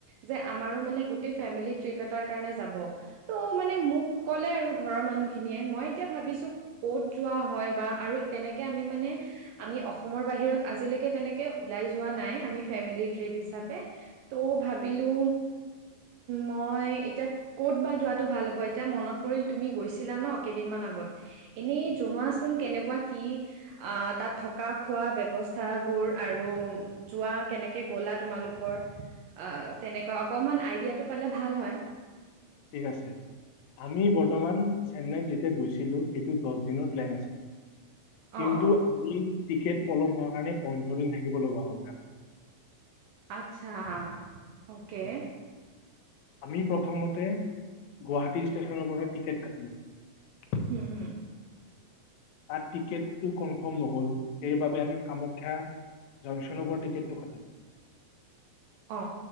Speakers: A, on the right (about 75°); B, on the left (about 85°).
A: যে আমাৰো মানে গোটেই ফেমিলি ট্ৰিপ এটাৰ কাৰণে যাব ত' মানে মোক ক'লে আৰু ঘৰৰ মানুহখিনিয়ে মই এতিয়া ভাবিছো ক'ত যোৱা হয় বা আৰু তেনেকে আমি মানে আমি অসমৰ বাহিৰত আজিলৈকে তেনেকে ওলাই যোৱা নাই আমি ফেমিলি ট্ৰিপ হিচাপ ত' ভাবিলো মই এতিয়া কত বা যোৱাটো ভাল হ'ব এতিয়া মনত পৰিল তুমি গৈছিলা ন কেইদিনমান আগত এনেই জনোৱাচোন কেনেকুৱা কি আহ তাত থকা খোৱা ব্যৱস্থা বোৰ আৰু যোৱা কেনেকে গলা তোমালোক কৰা অ তেনেকুৱা অকমান আইডিয়াটো পালে ভাল হয়
B: ঠিক আছে আমি বৰ্তমান চেন্নাইত যেতিয়া গৈছিলো সেইটো দহ দিনৰ প্লেন আছিল
A: অ
B: কিন্তু
A: অ
B: আমি টিকেট পলম হোৱাৰ কাৰণে পোন্ধৰ দিন থাকিব লগা হ'ল তাত
A: আচ্ছা অকে
B: উম। আমি প্ৰথমতে গুৱাহাটী ষ্টেচনৰ পৰা টিকেট কাটিলো
A: উম উম
B: তাত টিকেটটো কনফাৰ্ম নহ'ল সেইবাবে আমি কামাখ্যা জংচনৰ পৰা টিকেটটো কাটিলো
A: অ